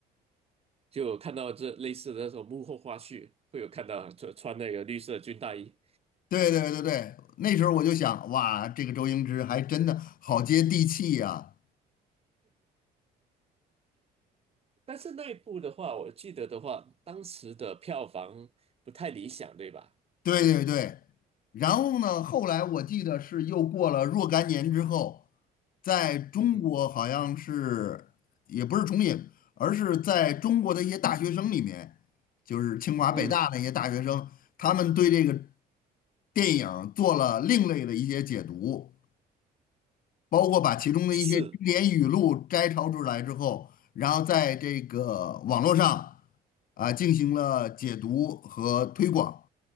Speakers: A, on the right (about 35°); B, on the left (about 55°).
A: 就有看到这类似的那种幕后花絮，会有看到穿穿那个绿色军大衣，
B: 对对对对，那时候我就想，哇，这个周星驰还真的好接地气呀、
A: 但是那一部的话，我记得的话，当时的票房不太理想，对吧？
B: 对对对，然后呢，后来我记得是又过了若干年之后，在中国好像是也不是重影，
A: 嗯哼
B: 而是在中国的一些大学生里面，就是清华北大那些大学生，
A: 嗯，
B: 他们对这个电影做了另类的一些解读，包括把其中的一些经典语录摘抄出来之后，
A: 是。
B: 然后在这个网络上啊进行了解读和推广。